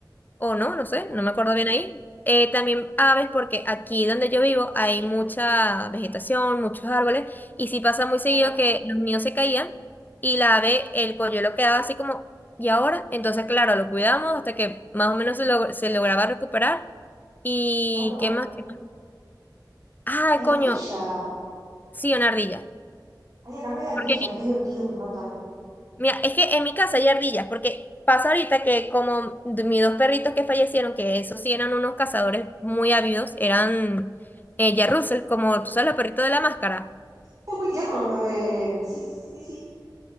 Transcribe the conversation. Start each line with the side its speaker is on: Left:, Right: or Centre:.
Left: o no, no sé,
Right: Guau,
Left: no me acuerdo bien ahí. Eh, también aves, porque aquí donde yo vivo hay mucha vegetación, muchos árboles, y sí pasa muy
Right: Claro,
Left: seguido que los nidos se caían y la ave, el polluelo quedaba así como, ¿y ahora? Entonces, claro, lo cuidamos hasta que más o menos se, log- se lograba recuperar. ¿Y
Right: claro.
Left: qué más? ¿Qué más? Ay,
Right: Hay ardilla.
Left: coño, sí, una ardilla.
Right: Ay, acá no hay ardillas,
Left: Porque
Right: qué divertido, me encantan.
Left: Mira, es que en mi casa hay ardillas, porque pasa ahorita que como de mis dos perritos que fallecieron, que esos sí eran unos cazadores muy ávidos, eran eh, Jack Russell, como tú sabes, los perritos de la máscara.
Right: Están muy tiernos los de... Sí, sí, sí, sí,